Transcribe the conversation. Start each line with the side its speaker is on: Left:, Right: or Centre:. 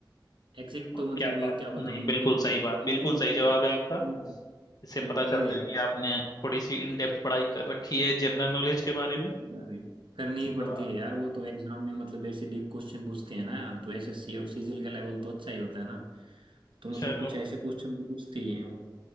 Right: एग्जैक्ट
Left: और
Right: तो मतलब
Left: क्या बात
Right: क्या बताऊं
Left: नहीं बिल्कुल
Right: मतलब
Left: सही बात
Right: 1913
Left: बिल्कुल सही जवाब है आपका
Right: में
Left: इससे
Right: बिल्कुल
Left: पता
Right: अरे
Left: चलता है कि आपने थोड़ी सी इन डेप्थ पढ़ाई कर रखी है जनरल नॉलेज के बारे
Right: अरे,
Left: में
Right: करनी ही पड़ती
Left: तो आप-
Right: है यार वो तो एग्जाम में मतलब ऐसे डीप क्वेश्चन पूछते हैं ना तो एसएससी और सीजीएल का लेवल तो अच्छा ही होता है ना तो मतलब
Left: चलो
Right: कुछ ऐसे क्वेश्चन तो पूछते ही हैं वो